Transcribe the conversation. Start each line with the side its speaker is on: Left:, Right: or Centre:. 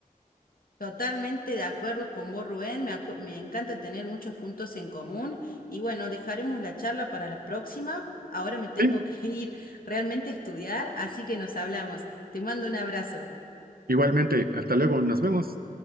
Left: Totalmente de acuerdo con vos, Rubén. Me, acu- me encanta tener muchos puntos en común. Y bueno, dejaremos la charla para la próxima. Ahora me tengo
Right: Sí,
Left: que <laughs> ir realmente a estudiar, así que nos hablamos. Te mando un abrazo.
Right: igualmente. Hasta luego. Nos vemos.